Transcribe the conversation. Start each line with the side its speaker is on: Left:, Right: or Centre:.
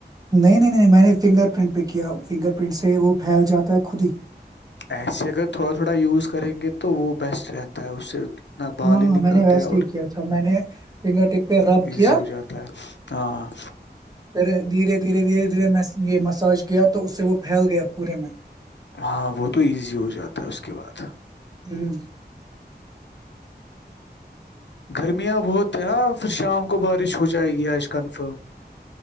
Right: نہیں نہیں نہیں نہیں میں نے فنگر پرنٹ پہ کیا فنگر پرنٹ سے وہ پھیل جاتا ہے خود ہی
Left: ایسے اگر تھوڑا تھوڑا یوز کریں گے تو وہ بیسٹ رہتا ہے اس سے نہ بال
Right: ہاںاں
Left: ہی نکلتے
Right: میں نے ویسے
Left: ہیں اور
Right: ہی کیا تھا میں نے فنگر ٹیپ پہ رب
Left: ایزی
Right: کیا
Left: ہو جاتا ہے ہاں
Right: پھر دھیرے دھیرے دھیرے دھیرے میں یہ مساج کیا تو اس سے وہ پھیل گیا پورے میں
Left: ہاں وہ تو ایزی ہو جاتا ہے اس کے بعد
Right: ہوں
Left: گرمیاں بہت ہے ہاں پھر شام کو بارش ہو جائے گی آج کنفرم